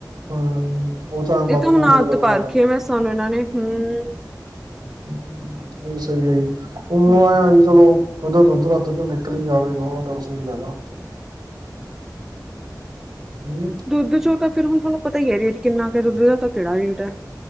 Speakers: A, on the right (about 70°); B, in the centre.
A: ਹਮ ਉਹ
B: ਇਹ
A: ਵਾਧੂ
B: ਤਾਂ ਹੁਣਤ
A: ਕਰੇ
B: ਆਦਤ
A: ਦਾ
B: ਪਾ
A: ਫਾਇਦਾ
B: ਰਹੀ
A: ਨੀ
B: ਭੈਂਸਾ ਨੂੰ ਇਹਨਾਂ ਨੇ, ਹਮ
A: ਇਹ ਸਹੀ ਹੈ। ਜੀ ਹੁ
B: ਹਮ
A: ਆਆ ਵੀ ਚਲੋ ਉੱਧਰ ਉੱਧਰੱਧ ਚ ਦੁੱਧ ਵੱਧ ਕੇ ਨਿਕਲੀ ਜਾਵੇ ਮਾ ਸਹੀ ਰਹਿੰਦਾਦਾ। ਹਮ।
B: ਦੁੱਧ ਚੋਂ ਤਾਂ ਫ ਹੁਣ ਤੁਹਾਨੂੰ ਪਤਾ ਹੀ ਹੈ ਰੇਟ ਕਿੰਨਾ ਕੁ ਦੁੱਧ ਦਾ ਤਾਂ ਕਿਹੜਾ ਰੇਟ ਹੈ,